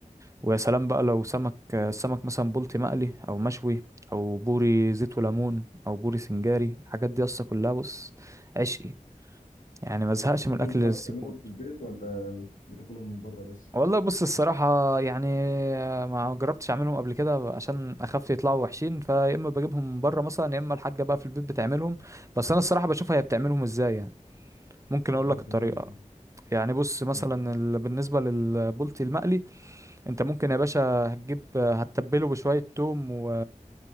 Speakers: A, on the right (about 20°); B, on the left (about 65°).
A: ويا سلام بقى لو سمك السمك مثلا بلطي مقلي او مشوي او بوري زيت وليمون او بوري سنجاري الحاجات دي اصلا كلها بص عشقي يعني ما ازهقش
B: ودول
A: من الاكل
B: بتعرف
A: السي
B: تعملهم
A: فود
B: في البيت ولا بتاكلهم من بره بس
A: والله بص الصراحه يعني ما جربتش اعملهم قبل كده عشان اخاف يطلعوا وحشين فيا اما بجيبهم من بره مثلا يا اما الحاجه بقى في البيت بتعملهم بس انا الصراحه بشوفها هي بتعملهم ازاي يعني ممكن اقول
B: آه،
A: لك
B: بتعملهم
A: الطريقه
B: ازاي
A: يعني بص مثلا
B: اه
A: ال- بالنسبة للبولتي المقلي انت ممكن يا باشا هتجيب هتتبله بشوية توم و...